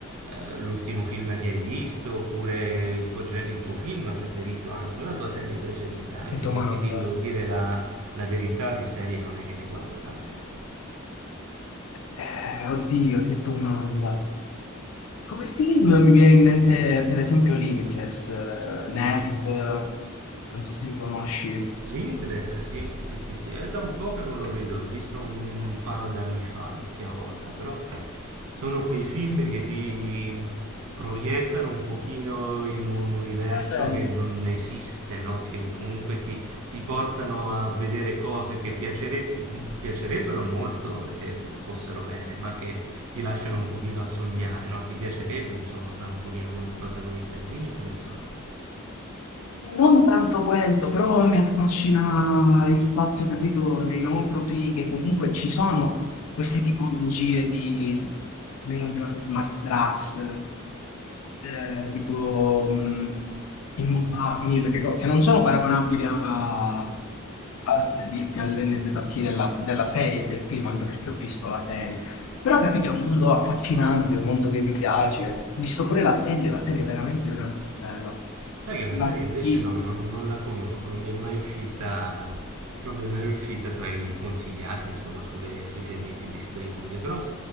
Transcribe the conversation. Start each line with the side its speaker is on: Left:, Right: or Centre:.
Right: eh, l'ultimo film che hai visto, oppure il tuo, gen- il tuo film preferito anche, o la tua serie preferita, anche
Left: Che domanda.
Right: se ti dico dire la, la verità di serie non è che ne guardo tante.
Left: Eh, oddio, che domanda. Come film mi viene in mente per esempio Limitless, eh, Nerve, non so se li conosci.
Right: Limitless, sì, sì, sì, sì, è da un po' che non lo vedo, l'ho visto un paio d'anni fa l'ultima volta, però sono quei film che ti proiettano un pochino in un universo
Left: Eh,
Right: che non esiste, no? Che comunque ti, ti portano a vedere cose che piacere- ti piacerebbero molto se fossero vere, ma che ti lasciano un pochino a sognare, no? Ti piacerebbe, insomma, fare un pochino come il protagonista di Limitless o no?
Left: Non tanto quello, però mi affascina il fatto, capito, dei nootropy, che comunque ci sono queste tipologie di, s- vengono chiamate smart drugs, eh, tipo mh, immodafinil, che, co- che non sono paragonabili a, a, per dirti all'NZT della, della serie, del film, anche perché ho visto la serie. Però capite, è un mondo affascinante, un mondo che mi piace. Ho visto pure la serie, la serie è veramente, veramente bella.
Right: Sai che la
Left: La
Right: serie
Left: consiglio.
Right: invece no, non, non la conosco, non mi è mai uscita, non mi è mai uscita tra i consigliati, insomma, sulle- sui servizi di streaming, però